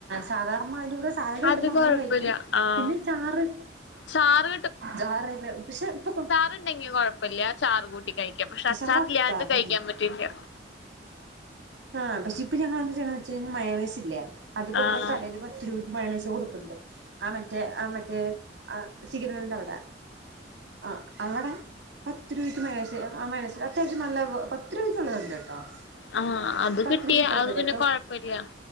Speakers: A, on the right; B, on the left.
A: സാധാരണ അതിന്റെ കൂടെ സാലഡ് കിട്ടുമ്പ
B: അത്
A: അങ്ങനെ
B: കൊഴപ്പില്ല
A: കഴിക്കും
B: ആഹ്
A: പിന്നെ ചാറ്
B: ചാറ്
A: ചാറല്ല പക്ഷെ ഇപ്പൊ
B: റ് ണ്ടെങ്കി കുഴപ്പല്ല ചാറ് കൂട്ടി കഴിക്കാം പക്ഷെ അച്ചാർല്ലാണ്ട്
A: അവിടെ ചാറില്ല
B: കഴിക്കാൻ പറ്റില്ല
A: ആഹ് പക്ഷെ ഇപ്പം ഞങ്ങൾ എന്താ ചെയ്ണെ വെച്ച് കഴിഞ്ഞാ മയോണെഴ്സ് ല്ലേ അതിപ്പോ
B: ആഹ്
A: ഇവിടെ കടേൽ തിരു മായോണേഴ്സ്‌ കൊടുക്കുണ്ട് ആഹ് മറ്റേ ആ മറ്റേ ആ സിഗ്നൽന്റെ അവിടെ ആഹ് അവടേ പത്ത് രൂപയ്ക്ക് മയോണേഴ്സ് ആ മയോണേഴ്സ് അത്യാവശ്യം നല്ല പത്ത് രൂപയ്ക്കുള്ളത് എണ്ട് കേട്ടോ
B: ആഹ്
A: അപ്പൊ
B: അത്
A: പത്ത്
B: കിട്ടിയ
A: രൂപ ഇട്ടാ
B: അത്
A: പോരെ
B: പിന്നെ
A: അപ്പൊ
B: കൊഴപ്പല്ല